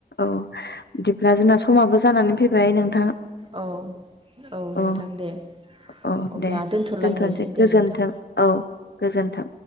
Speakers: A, on the left (about 85°); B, on the right (about 30°).
A: औ बिदिब्ला जोंना समाबो जानानै फैबाय नोंथां।
B: औ औ
A: अ
B: नोंथां दे
A: अ
B: अब्ला
A: दे
B: दोनथ'लायनोसै।
A: दोनथ'नोसै
B: दे
A: गोजोन्थों
B: नोंथां
A: औ गोजोन्थों।